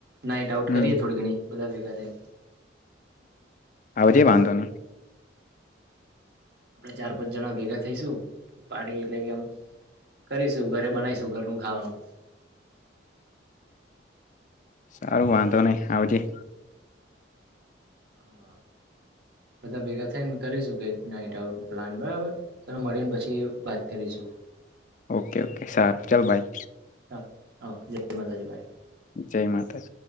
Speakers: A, on the right; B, on the left.
A: નાઈટ આઉટ
B: હમ
A: કરીએ થોડી ઘણી. બધા ભેગા થઈ
B: આવજે વાંધો ન
A: આપડે ચાર પાંચ જણા ભેગા થઈશું પાડી એટલે કે આમ કરીશું ઘરે બનાઇશ શુ ગરનું ખાવાનું
B: સારું વાંધો નહી આવજે.
A: હા બધા ભેગા થાયને કરીશું કે નાઈટ આઉટ પ્લાન બરાબર. તને મળીને પછી કરીશું.
B: ઓકે ઓકે સારું ચાલ બાય.
A: હા હા જય માતાજી બાઈ.
B: જય માતા.